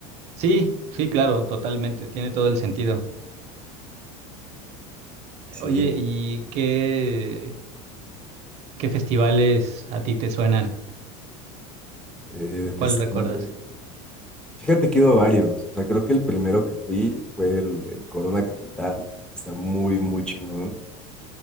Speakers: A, on the right; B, in the centre.
A: Sí, sí, claro, totalmente. Tiene todo el sentido.
B: Sí,
A: Oye, ¿y qué, qué festivales a ti te suenan?
B: eh, de festivales.
A: ¿Cuál recuerdas?
B: Fíjate que he ido a varios. O sea, creo que el primero que fui fue el, el Corona Capital. Está muy, muy chingón.